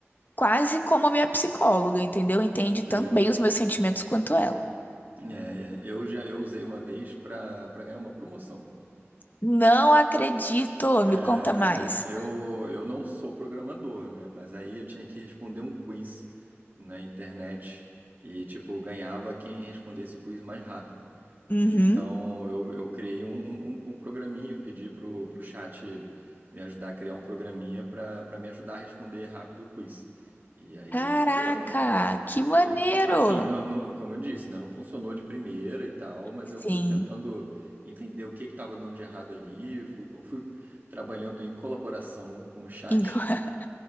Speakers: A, on the left; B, on the right.
A: quase como a minha psicóloga, entendeu? Entende
B: Sim.
A: tanto bem os meus sentimentos quanto ela.
B: É, é, eu já eu usei uma vez pra para ganhar uma promoção.
A: Não acredito, me conta
B: É,
A: mais.
B: eu, eu não sou programador, né? Mas aí eu tinha que responder um quiz na internet e, tipo, ganhava quem respondesse o quiz mais rápido.
A: Uhum.
B: Então eu, eu criei um, um, um um programinha, eu pedi pro, pro chat me ajudar a criar um programinha pra para me ajudar a responder rápido o quiz. E aí
A: Caraca,
B: ele criou.
A: que
B: É,
A: maneiro!
B: Assim, não- não- como eu disse, né, não funcionou de primeira e tal, mas
A: Sim,
B: eu fui tentando entender o que que estava dando de errado ali, fui, co- fui trabalhando em colaboração com o chat
A: em co- <laughs>